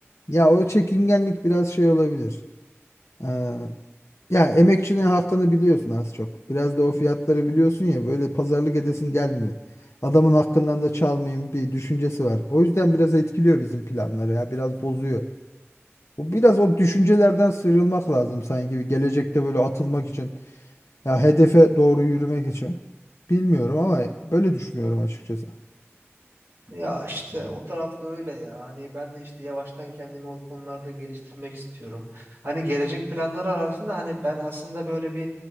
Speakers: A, on the left; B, on the right.
A: Ya o çekingenlik biraz şey olabilir. Ee, ya emekçinin hakkını biliyorsun az çok. Biraz da o fiyatları biliyorsun ya böyle pazarlık edesin gelmiyor. Adamın hakkından da çalmayayım bir düşüncesi var. O yüzden biraz etkiliyor bizim planları ya biraz bozuyor. Bu biraz o düşüncelerden sıyrılmak lazım sanki bir gelecekte böyle atılmak için. Ya hedefe doğru yürümek için. Bilmiyorum ama böyle düşünüyorum açıkçası.
B: Ya işte o tarafta öyle ya. Hani ben de işte yavaştan kendimi o konularda geliştirmek istiyorum. Hani gelecek planları arasında hani ben aslında böyle bir